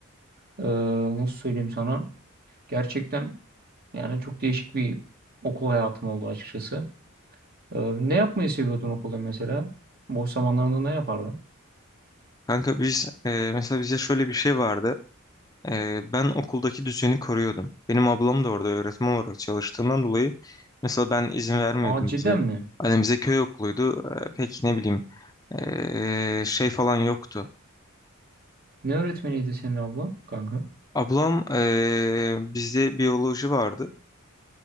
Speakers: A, on the right (about 45°); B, on the left (about 15°).
A: Ee, nasıl söyleyeyim sana? Gerçekten yani çok değişik bir okul hayatım oldu açıkçası. Ee, ne yapmayı seviyordun okulda mesela? Boş zamanlarında ne yapardın?
B: Kanka biz e, mesela bize şöyle bir şey vardı. E, ben okuldaki düzeni koruyordum. Benim ablam da orada öğretmen olarak çalıştığından dolayı mesela ben izin vermiyordum
A: Aa cidden
B: bize.
A: mi?
B: Hani bize köy okuluydu. E, pek ne bileyim e, şey falan yoktu.
A: Ne öğretmeniydi senin abla kanka?
B: Ablam e, bizde biyoloji vardı.